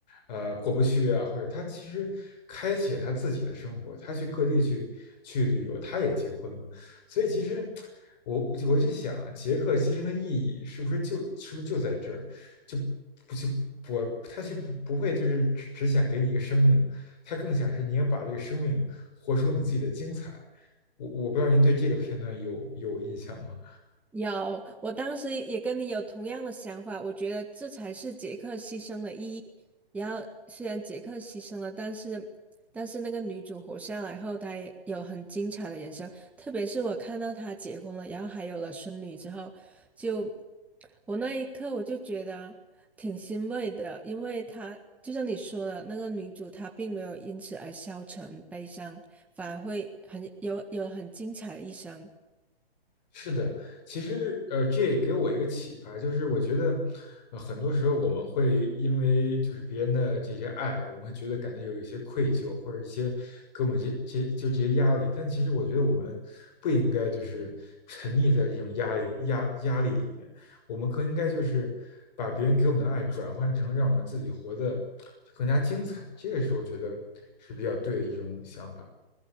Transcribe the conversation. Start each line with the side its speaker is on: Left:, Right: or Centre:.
Left: 呃过不去啊，或者他其实开启了他自己的生活，他去各地去去旅游，他也结婚了，所以其实我我就想杰克牺牲的意义是不是就是不是就在这儿？就不就不他就不不会就是只只想给你一个生命，他更想是你要把这个生命活出你自己的精彩。我我不知道您对这个片段有有印象吗？
Centre: 有，我当时也跟你有同样的想法，我觉得这才是杰克牺牲的意义。然后虽然杰克牺牲了，但是但是那个女主活下来后，她也有很精彩的人生。特别是我看到她结婚了，然后还有了孙女之后，就我那一刻我就觉得挺欣慰的，因为她就像你说的，那个女主她并没有因此而消沉悲伤，反而会很有有很精彩的一生。
Left: 是的，其实呃，这也给我一个启发，就是我觉得，呃，很多时候我们会因为就是别人的这些爱，我们会觉得感觉有有些愧疚，或者一些给我们这这就这些压力。但其实我觉得我们不应该就是沉溺在这种压力压压力里面，我们更应该就是把别人给我们的爱转换成让我们自己活得就更加精彩，这个是我觉得是比较对的一种想法。